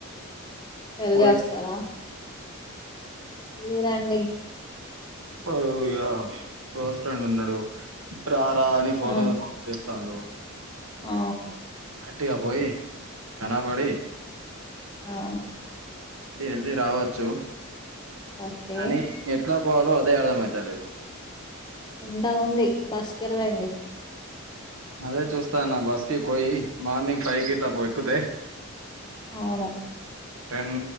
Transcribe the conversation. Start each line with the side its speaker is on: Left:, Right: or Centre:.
Left: వెళ్ళి
Right: పోయి
Left: వస్తారా వెళ్ళిరండి
Right: వాడు ఇగ బస్టాండ్ లో ఉన్నాడు రా రా అని పోన్ల
Left: ఆ
Right: మీద పోన్లు చేస్తండు
Left: ఆ
Right: వట్టిగా పోయి కనబడి
Left: హా
Right: ఎళ్ళి రావచ్చు
Left: ఒకే
Right: అని ఎట్లా పోవలో అదే అర్ధం అయితలేదు
Left: ఎండ ఉంది బస్ కే వెళ్ళండి
Right: అదే చూస్తాన్న బస్ కి పోయి మార్నింగ్ ఫైవ్ కిలా పోయి ఎక్కితే
Left: అవును
Right: టెన్